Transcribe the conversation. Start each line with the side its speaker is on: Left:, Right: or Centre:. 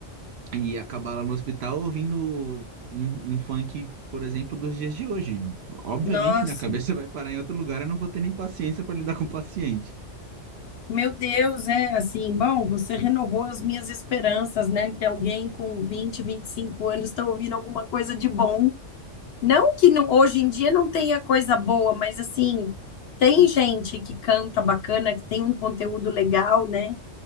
Right: e acabar lá no hospital ouvindo um, um funk, por exemplo, dos dias de hoje. Obviamente,
Left: Nossa,
Right: minha cabeça <laughs> vai parar em outro lugar, eu não vou ter nem paciência para lidar com o paciente.
Left: meu Deus, é assim, bom, você renovou as minhas esperanças, né? Que alguém com vinte vinte e cinco anos está ouvindo alguma coisa de bom Não que não- hoje em dia não tenha coisa boa, mas assim, tem gente que canta bacana, que tem um conteúdo legal, né?